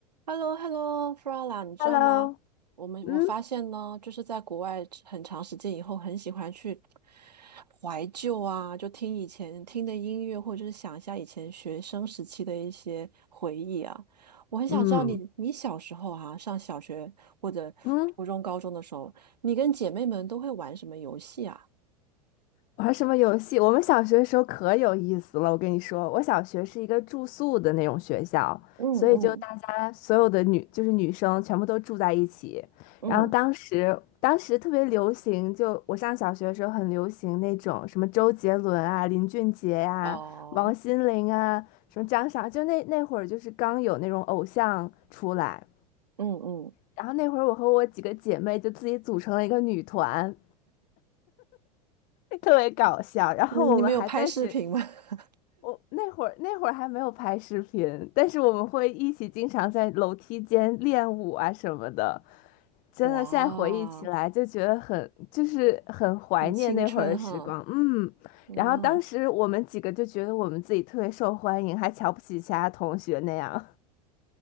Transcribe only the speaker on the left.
Hello，
嗯
嗯，
嗯，
玩什么游戏？我们小学的时候可有意思了，我跟你说，我小学是一个住宿的那种学校，
所以就大家所有的女就是女生全部都住在一起。
然后当时当时特别流行，就我上小学的时候很流行那种什么周杰伦啊、林俊杰呀、
王心凌啊、什么张傻，就那那会儿就是刚有那种偶像出来。
然后那会儿，我和我几个姐妹就自己组成了一个女团，<laughs> 特别搞笑。然后我们还在学，
我那会儿那会儿还没有拍视频，但是我们会一起经常在楼梯间练舞啊什么的。真的，
现在回忆起来就觉得很，就是很怀念那会儿的时光。
嗯，
然后当时我们几个就觉得我们自己特别受欢迎，还瞧不起其他同学那样。